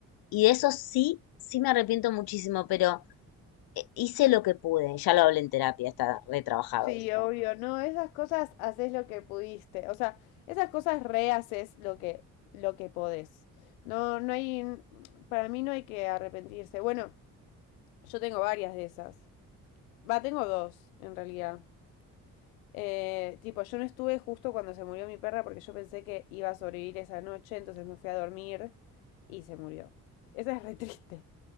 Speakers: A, on the left; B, on the left.
A: Y de eso sí, sí me arrepiento muchísimo, pero eh, hice lo que pude. Ya lo hablé en terapia, está retrabajado.
B: Sí,
A: eso.
B: obvio, no, esas cosas haces lo que pudiste, o sea, esas cosas rehaces lo que lo que podés. No, no hay, para mí no hay que arrepentirse. Bueno, yo tengo varias de esas. Va, tengo dos, en realidad. Eh, tipo, yo no estuve justo cuando se murió mi perra porque yo pensé que iba a sobrevivir esa noche, entonces me fui a dormir y se murió. Esa es re triste.